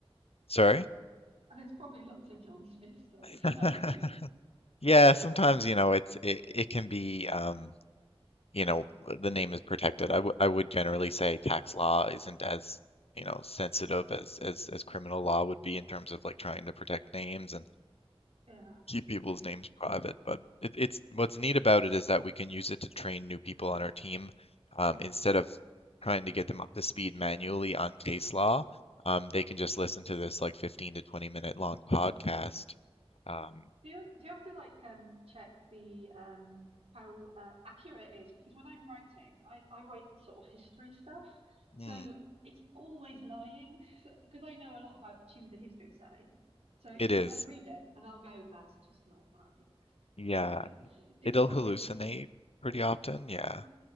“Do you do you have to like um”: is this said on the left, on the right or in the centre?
Right